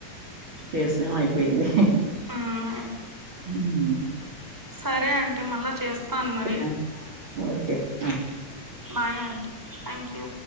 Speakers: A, on the right; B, in the centre.
A: కేస్ ఏమో అయిపోయింది హ
B: ఉమ్
A: అ <inaudible>
B: సరే అండి మల్ల చేస్తాను మరి
A: ఆ! ఓకే ఆ
B: బాయ్ అంటీ థ్యాంక్ యూ